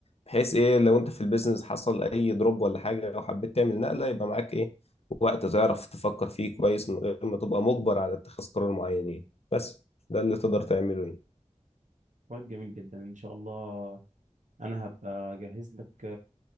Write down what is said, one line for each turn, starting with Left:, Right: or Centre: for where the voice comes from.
Left: بحيث ايه لو انت في البيزنس حصل اي دروب ولا حاجة لو حبيت تعمل نقلة يبقى معاك ايه وقت تعرف تفكر فيه كويس من غير ما تبقى مجبر على اتخاذ قرار معين يعني بس ده اللي تقدر تعمله يعني
Right: طيب جميل جدا ان شاء الله انا هبقى اجهز لك